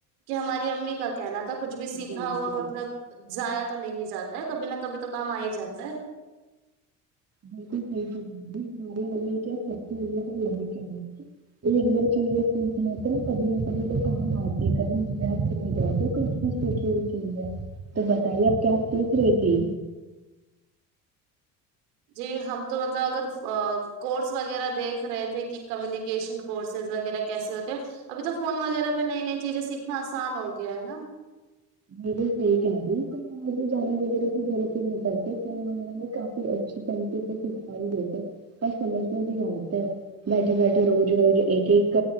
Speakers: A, on the right; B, on the right.
A: کہ ہماری امی کا کہنا تھا کچھ بھی سیکھا
B: بالکل
A: ہوا مطلب زیا تو نہیں جاتا ہے کبھی نہ کبھی تو کام آ ہی جاتا ہے
B: بالکل صح سبی ہماراری والمی کیا ستی وال ہے کا یہ ایک بار چاہے تو نا کبھی نہ کبھی تو کام آتے کبھی میں تو نہیں جاتی کچھ بھیھ پوچھی ہوئی چیز ہے تو بتائیے اب کیا سوچ رہی تھی
A: جی ہم تو مطلب اگر کورس وغیرہ دیکھ رہے تھے کہ کمیونیکیشن کورسز وغیرہ کیسے ہوتے ہیں ابھی تو فون وغیرہ پہ نئی نئی چیزیں سیکھنا آسان ہو گیا ہے نا
B: بالکل صحیح کہہ رہی ہیں اپ جانے وغیرہ کی ضرورت ہی نہیں پتے فون وغیرہ بھی کافی اچھی طریقے سے سکھائی دیتے بس سمجھ میں بھی آتا ہے بیٹھے بیٹھے روز روز ایک ایک